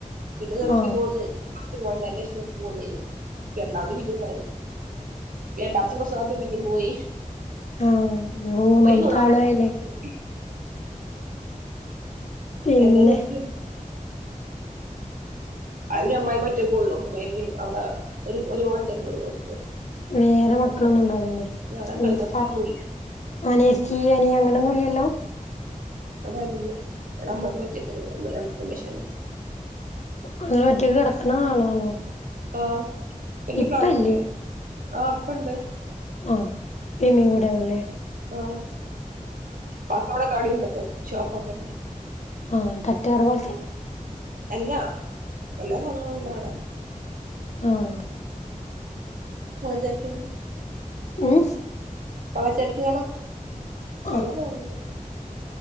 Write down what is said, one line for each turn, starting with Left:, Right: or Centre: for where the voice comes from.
Right: പിന്നെ നിർത്തിപോന്ന്
Left: ആഹ്
Right: ലാസ്റ്റ് പോണ്ട അയിറ്റേഷം നിർത്തി പോന്നീന്ന്‌ രണ്ടാത് പിന്നിം പോയത രണ്ടാമത്തെ പ്രസവാപ്പ പിന്നിംപോയി
Left: ആഹ് ഇയ്യ് മൂന്നാമത്തെ
Right: പോയി മൂന്നാമത്ത
Left: ആളായില്ലേ
Right: <unintelligible>
Left: പിന്നെ
Right: എന്തേ നിർത്തി അവിടെ അമ്മായിമ്മൊറ്റക്കോള്ളു അമ്മായിമ്മിം അവടെ ഒരു ഒരു മോൻ തന്നേള്ളൂ ഓര്ക്ക്
Left: വേറെ മക്കളൊന്നും ഉണ്ടാവുലല്ലേ
Right: വേറെ
Left: ഇങ്ങക്കാ
Right: പെൺമക്കളൊന്നുമില്ല
Left: അനിയത്തി അനിയൻ അങ്ങനൊന്നൂല്ലല്ലോ
Right: അവിടാരൂല്ല അവിടെ അമ്മായിമ്മൊറ്റക്കന്നൊള്ളൂ <unintelligible> അമ്മോശൻ
Left: അങ്ങന ഒറ്റക്ക് കടക്ക്ണ ആളാണോ
Right: ആഹ് വല്യ
Left: ഇപ്പ
Right: പ്രായൊന്നുല്ല
Left: ഇല്ലേ
Right: ആഹ് ഇപ്പണ്ട്
Left: ആഹ് ഇപ്പിം ഇമ്മിം കൂടേണല്ലേ
Right: ആഹ് വാപ്പ അവടെ കടീം തൊക്കെ ഷോപ്പക്കെ
Left: ആഹ് തട്ട്കടപോൽത്തെ
Right: അല്ല എല്ലാ സാനങ്ങളുള്ള കട
Left: ആഹ്
Right: പലചരക്ക്
Left: ഉം
Right: പലചരക്ക്കട എല്ലാസാനുണ്ട്
Left: ആഹ്